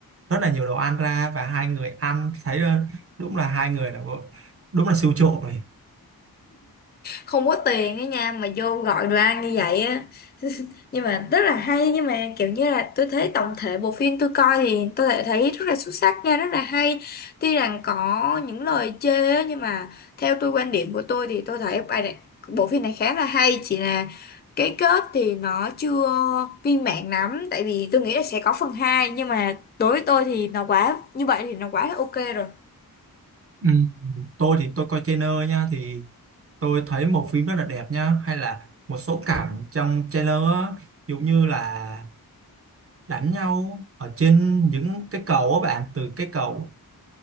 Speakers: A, on the right; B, on the left.
A: rất là nhiều đồ ăn ra và hai người ăn thấy ờ, đúng là hai người là bộ- đúng là siêu trộm rồi
B: không có tiền á nha mà vô gọi đồ ăn như vậy á nhưng mà rất là hay nhưng mà kiểu như là tôi thấy tổng thể bộ phim tôi coi thì tôi lại thấy rất là xuất sắc nha rất là hay tuy rằng có những lời chê á, nhưng mà theo tôi quan điểm của tôi thì tôi thấy bài này, bộ phim này khá là hay chỉ là cái kết thì nó chưa viên mãn lắm tại vì tôi nghĩ là sẽ có phần hai nhưng mà đối với tôi thì nó quá như vậy thì nó quá là ok rồi
A: ừ. tôi thì tôi coi trailer nha thì tôi thấy một phim rất là đẹp nha hay là một số cảnh trong trailer á, giống như là đánh nhau ở trên những cái cầu á bạn từ cái cầu